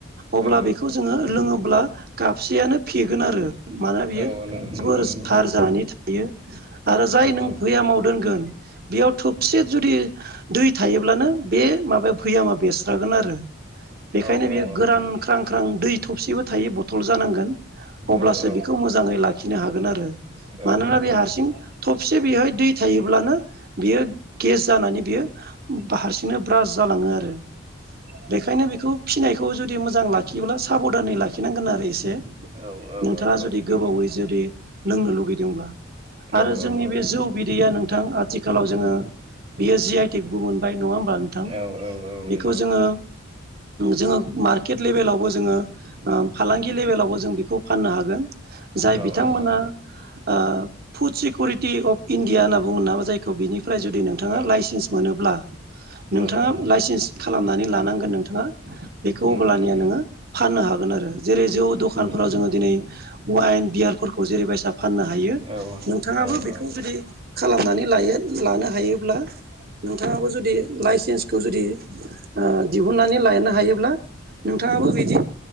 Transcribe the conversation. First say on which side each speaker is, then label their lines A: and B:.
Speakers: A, on the right (about 50°); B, on the right (about 30°).
A: अब्ला
B: औ
A: बेखौ जोंङो लोंङोब्ला खाबसेयानो फेगोन आरो, ! मानोना बियो
B: औ औ नंगौ
A: जोबोर
B: नंगौ
A: जार जानानै थायो आरो जाय
B: औ
A: नों
B: औ
A: भैया मावा आव दोनगोन! बेयाव थबसे जुदि, ! दै थायोब्लानो बे माबाया भैयामा बेरस्रागोन आरो बेखायनो
B: औ औ
A: बेयो
B: औ
A: गोरान
B: नंगौ
A: ख्रां ख्रां दै थबसेबो थायो बथल जानांगोन अब्लासो
B: औ औ
A: बेखौ मोजाङै लाखिनो हागोन आरो
B: औ
A: मानोना
B: औ
A: बे हारसिं थबसे बेवहाय दै थायो थायोब्लानो बेयो गेज जानानै बा हारसिं नो गेज जानानै बियो हारसिं नो ब्राज जालांङो आरो! बेखायनो बेखौ फिसिनायखौ जुदि मोजां लाखियोब्ला साबधानै लाखिनांगोन आरो एसे नोंथाङा
B: औ औ
A: जुदि
B: औ नंगौ
A: गोबावै जुदि! लोंनो लुगैदोंब्ला आरो
B: औ
A: जोंनि,
B: औ
A: बे, जौ, बिदैया नों! बिथां आथिखालाव जोंङो, बियो जिआइ, टिकबो मोनबाय नङा, ओमबा नोंथां नोंथां
B: औ औ
A: बेखौ
B: नंगौ
A: जोङो, जोंङो मारकेट, लेभेलावबो जोङो, ! फालांगि लेभेलावबो जों, बेखौ फाननो हागोन, जाय
B: औ
A: बिथांमोना,
B: औ
A: ! फुड, सिकरिटि अफ इण्डिया होनना बुङो, नामा जायखौ बिनिफ्राय, जुदि नोंथाङा,
B: औ
A: लाइसेन्स होब्ला नोंथाङा
B: औ औ
A: लाइसेन्स खालामनानै लानांगोन नोंथाङा बेखौ
B: उम
A: अब्लानिया
B: उम
A: नोंङो फाननो हागोन। आरो जेरै जौ दखानफोराव
B: उम
A: जोंङो दिनै वाइन, बियारफोरखौ जेरैबायायसा फाननो हायो
B: औ
A: नोंथाङाबो
B: औ
A: बेखौ
B: औ
A: जुदि खालामनानै लायो लानो हायोब्ला नोंथाङाबो जुदि लाइ सेन्सखौ जुदि ओ दिहुननानै लानो हायो ब्ला नोंथाङाबो बिदि